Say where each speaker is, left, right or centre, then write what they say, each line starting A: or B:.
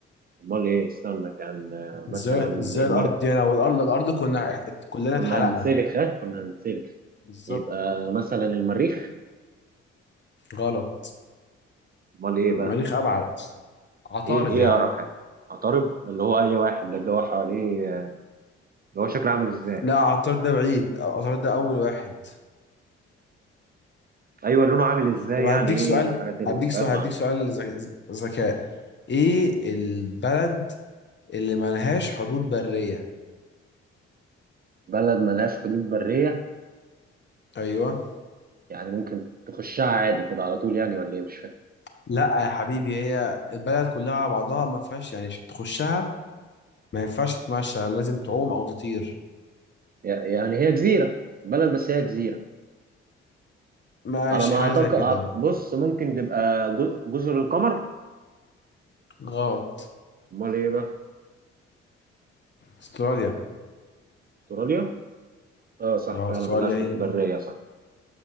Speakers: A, on the right; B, on the left.
A: أمال إيه استنى كان آه،
B: ازاي
A: مثلا المريخ
B: ازاي الارض دي انا والارض الارض كنا كلنا
A: كنا
B: اتحرقنا
A: هنتسلخ ها كنا هنتسلخ
B: بالظبط
A: يبقى مثلا المريخ
B: غلط
A: امال ايه
B: مريخ
A: بقى
B: ابعد أصلاً. عطارد
A: ايه ايه
B: يا عم
A: اقرب حاجه عطارد اللي هو اي واحد ده اللي هو حواليه اللي هو شكله عامل ازاي
B: لا عطارد ده بعيد عطارد ده اول واحد
A: ايوه لونه عامل ازاي
B: طب هديك
A: يعني ايه
B: سؤال
A: الحاجات اللي
B: هديك سؤال
A: فاهم
B: هديك
A: عن
B: سؤال ذك- ذكاء ايه البلد اللي ملهاش حدود برية
A: بلد ملهاش حدود بريه
B: ايوه
A: يعني ممكن تخشها عادي كده على طول يعني ولا ايه مش فاهم
B: لا يا حبيبي هي البلد كلها على بعضها ما فيهاش يعني عشان تخشها ما ينفعش تتمشى لازم تعوم او تطير
A: يعني هي جزيره بلد بس هي جزيره
B: ماشي
A: على ما
B: حاجة
A: اعتقد
B: زي كده
A: أعت-
B: اهو
A: بص ممكن تبقى جو- جزر القمر
B: غلط
A: امال ايه بقى
B: استراليا
A: استراليا اه صح
B: اه
A: فعلا
B: استراليا
A: ملهاش حدود
B: هي
A: بريه صح